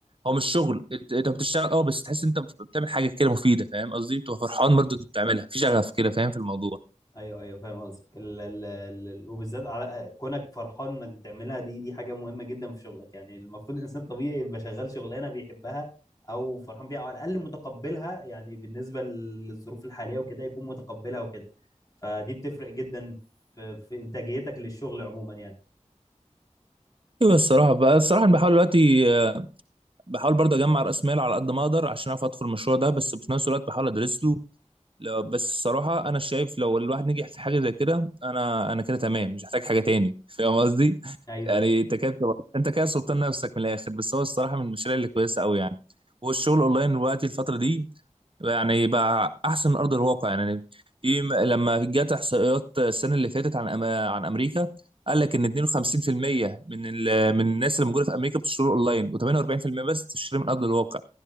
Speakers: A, on the right (about 45°); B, on the left (about 30°).
A: هو مش شغل انت أنت بتشتغل اه بس تحس ان انت بتعمل حاجه كده مفيده فاهم قصدي بتبقى فرحان برضو انت بتعملها في شغف كده فاهم في الموضوع
B: ايوه ايوه فاهم قصدك ال- ال- ال- ال- وبالذات على كونك فرحان انك بتعملها دي دي حاجه مهمه جدا في شغلك يعني المفروض الانسان الطبيعي يبقى شغال شغلانه بيحبها او فرحان بيها او على الاقل متقبلها يعني بالنسبه للظروف الحاليه وكده يكون متقبلها وكده فدي بتفرق جدا في, في انتاجيتك للشغل عموما يعني
A: ايوه الصراحه بقى الصراحه انا بحاول دلوقتي آه، بحاول برضه اجمع راس مال على قد ما اقدر عشان اعرف ادخل المشروع ده بس في نفس الوقت بحاول ادرس له لو- بس الصراحه انا شايف لو الواحد نجح في حاجه زي كده انا انا كده تمام مش محتاج حاجه تاني فاهم قصدي
B: ايوه
A: يعني
B: ايوه
A: انت كده بتبقى- انت كده سلطان نفسك من الاخر بس هو الصراحه من المشاريع اللي كويسه قوي يعني والشغل اونلاين دلوقتي الفتره دي يعني بقى احسن من ارض الواقع يعني في م- لما جت احصائيات السنه اللي فاتت عن أما- عن امريكا قال لك ان 52% من ال- من الناس اللي موجوده في امريكا بتشتري اونلاين و48% بس بتشتري من ارض الواقع